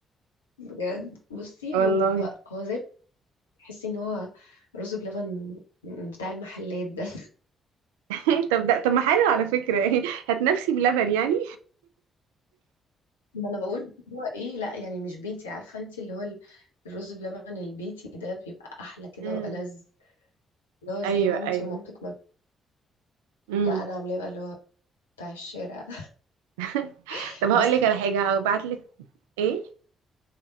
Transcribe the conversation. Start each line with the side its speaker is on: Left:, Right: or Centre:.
Left: بجد بصي
Right: والله
Left: هو هو زي تحسي ان هو رز بلبن بتاع المحلات ده <laughs>
Right: <laughs> طب ده طب ما حلو على فكرة <laughs> هتنفسي بلبن يعني
Left: ما انا بقول هو ايه لا يعني مش بيتي عارفه انت اللي هو ال- الرز بلبن البيتي ده بيبقى احلى كده
Right: امم
Left: والذ اللي هو زي
Right: ايوه
Left: مامتي
Right: ايوه
Left: ومامتك ما
Right: امم
Left: لا انا عاملاه بقى اللي هو بتاع الشارع
Right: <laughs>
Left: <laughs>
Right: طب هقول
Left: بس
Right: لك على حاجة هبعت لك ايه